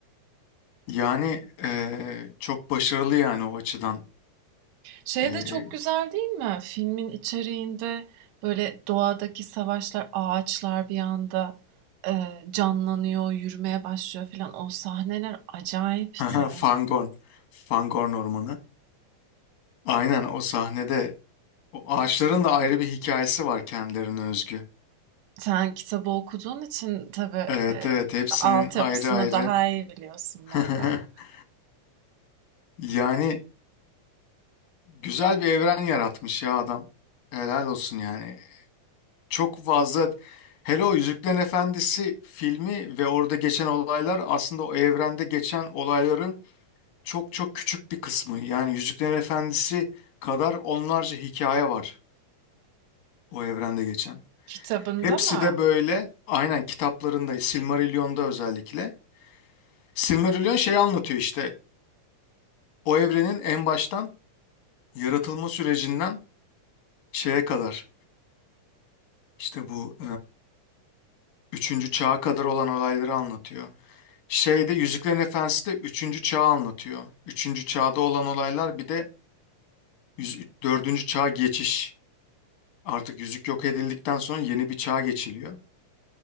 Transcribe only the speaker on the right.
Şey
de çok güzel değil mi? Filmin içeriğinde, böyle, doğadaki savaşlar, ağaçlar bir anda, eee, canlanıyor, yürümeye başlıyor filan. O sahneler acayipti.
Sen kitabı okuduğun için tabii,
eee,
altyapısını
daha iyi biliyorsun
benden.
Kitabında
mı?